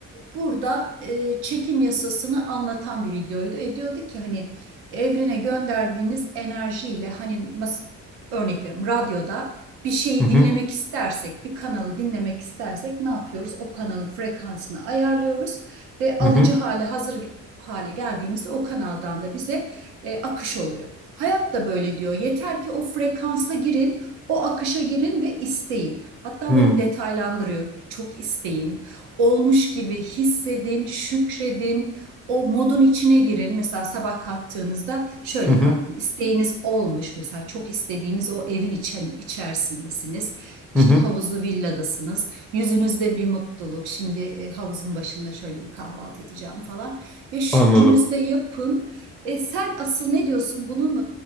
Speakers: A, on the right (about 75°); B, in the centre.
A: burada e, çekim yasasını anlatan bir videoydu. E, diyordu ki hani evrene gönderdiğiniz enerjiyle hani nasıl örnek veriyorum radyoda bir şeyi
B: hı hı
A: dinlemek istersek, bir kanalı dinlemek istersek ne yapıyoruz? O kanalın frekansını ayarlıyoruz ve alıcı
B: hı hı hı
A: hale hazır hale geldiğimizde o kanaldan da bize e, akış oluyor. Hayat da böyle diyor. Yeter ki o frekansa girin, o akışa girin ve isteyin. Hatta
B: hı
A: böyle detaylandırıyor. Çok isteyin, olmuş gibi hissedin, şükredin. O modun içine girin. Mesela sabah kalktığınızda şöyle
B: hı hı
A: kalkın. İsteğiniz olmuş. Mesela çok istediğiniz o evin içen, içerisindesiniz. İşte
B: hı
A: havuzlu villadasınız. Yüzünüzde bir mutluluk. Şimdi e, havuzun başında şöyle bir kahvaltı edeceğim falan. Ve şükrünüzü
B: Anladım.
A: de yapın. E, sen asıl ne diyorsun? Bunun